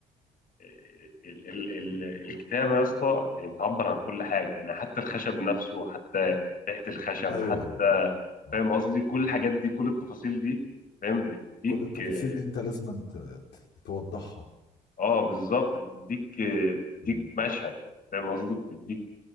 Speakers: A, on the left; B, on the left.
A: آه، ال ال ال الكتابه يا اسطى يعني بتعبر عن كل حاجه يعني حتى الخشب نفسه حتى ريحه الخشب
B: ايوه
A: حتى
B: ايوه آه.
A: فاهم قصدي كل الحاجات دي كل التفاصيل دي فاهم بتديك
B: كل التفاصيل
A: آه،
B: دي انت لازم ت- توضحها
A: اه بالظبط بتديك بتديك
B: مم.
A: مشهد فاهم قصدي بتديك